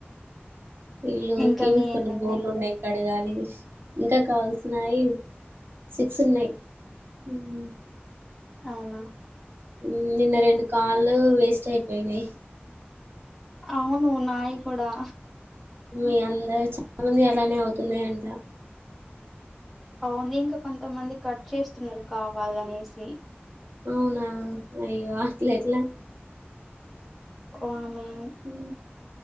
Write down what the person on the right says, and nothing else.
ఇల్లు
కి
కొన్ని
బోళ్లు ఉన్నాయి కడగాలి ఇస్ ఇంకా కాల్స్ నాయి సిక్స్ ఉన్నాయి ఉమ్
హు నిన్న రెండు కాళ్లు వేస్ట్ అయిపోయినాయి
మీ అందరు చాలా మంది అలానే అవుతున్నాయంట
అవునా అయ్యో అట్లేట్లా
హు